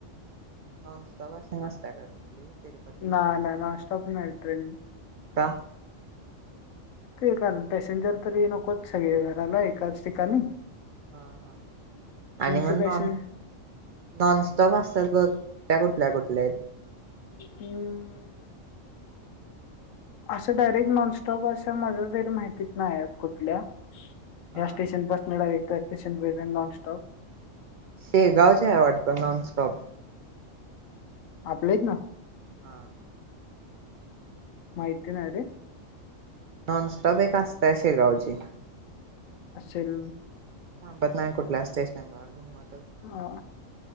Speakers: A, on the right; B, on the left.
A: ह प्रवाास नसता का कुठली तिरुपतीला
B: ना ना ना स्टॉप नाही ट्रेन
A: का
B: ते कारण पॅसेंजर तरी नकोच सगळे घराला एकाच ठिकाणी
A: हा हा
B: ट्रेनची
A: आणि मग
B: पॅसेंजर
A: नॉन नॉनस्टॉप असतात ग त्या कुठल्या कुठल्या
B: हम् असं डायरेक्ट नॉनस्टॉप असा माझ्या तरी माहितीत नाहीय फुटल्या
A: हा
B: या स्टेशन बस नळ येत सेशन ब नाॉन स्टॉप
A: शे गावच्याय वाटतं नॉनस्टॉप
B: आपलंच ना
A: हा
B: माहिती ना रे
A: नॉनस्टॉप एक असतय शेगावची
B: आसेल.
A: थांबत नाही कुठल्या स्टेशन वर म
B: हा